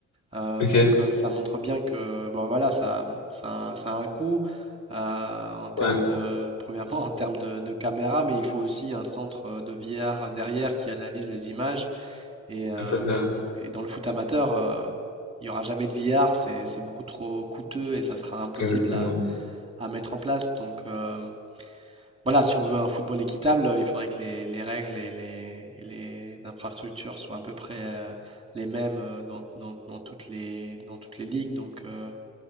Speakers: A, on the right; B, on the left.
A: Euh,
B: Ok,
A: donc euh, ça montre bien que bon, voilà, ça, ça, ça a un coût euh, en termes
B: ouais.
A: de, <laughs> premièrement en termes de, de caméra, mais il faut aussi un centre euh, de VR derrière qui analyse les images. Et, euh,
B: Tout à fait,
A: et dans le foot amateur, euh, il n'y aura jamais de VR, c'est, c'est beaucoup trop coûteux et ça sera impossible
B: exactement.
A: à, à mettre en place. Donc euh, voilà, si on veut un football équitable, euh, il faudrait que les, les règles et les, et les infrastructures soient à peu près euh, les mêmes euh, dans, dans- dans toutes les, dans toutes les ligues. Donc euh,